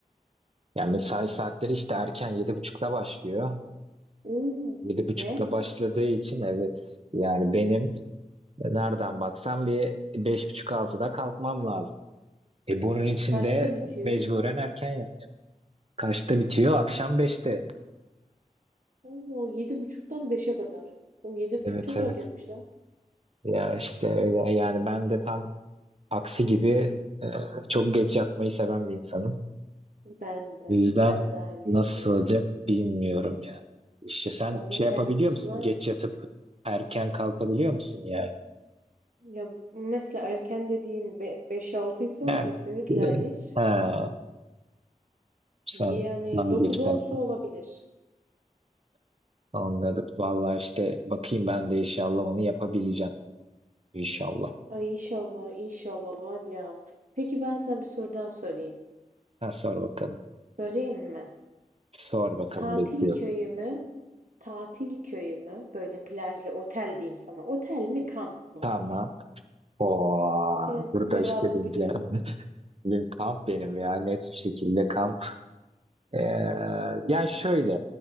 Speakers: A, on the right; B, on the right.
A: Yani mesai saatleri işte erken yedi buçukta başlıyor.
B: Oo,
A: Yedi buçukta
B: ne?
A: başladığı için evet yani benim nereden baksam bir beş buçuk altıda kalkmam lazım. E bunun için
B: Kaçta
A: de
B: bitiyor?
A: mecburen erken yat. Kaçta bitiyor? Akşam beşte.
B: Oo, yedi buçuktan beşe kadar. Oğlum yedi buçuk
A: Evet
B: çok
A: evet.
B: erkenmiş lan.
A: Ya işte öyle yani ben de tam aksi gibi e, çok geç yatmayı seven bir insanım.
B: Ben de.
A: O yüzden
B: Ben de aynı
A: nasıl
B: şekilde.
A: olacak bilmiyorum ya. İşte sen
B: Onun
A: şey
B: temposuna
A: yapabiliyor musun? Geç yatıp erken kalkabiliyor musun yani?
B: ya mesela erken dediğin 5-6 ise
A: Yani
B: kesinlikle
A: e,
B: hayır.
A: ha, sen
B: Yani
A: daha
B: dokuz
A: geç
B: onsa
A: kalktın.
B: olabilir.
A: Anladım. Vallahi işte bakayım ben de inşallah onu yapabileceğim. İnşallah.
B: Ay inşallah inşallah var ya. Peki ben sana bir soru daha sorayım.
A: Ha, sor bakalım.
B: Sorayım mı?
A: Sor bakalım
B: Tatil
A: bekliyor.
B: köyü mü? Tatil köyü mü? Böyle plajlı otel diyeyim sana. Otel mi kamp mı?
A: Tamam. o
B: Senin su-
A: burada
B: cevabını
A: işte deyince
B: biliyorum.
A: <laughs> benim kamp benim ya net bir şekilde kamp. Ee,
B: Aa,
A: yani şöyle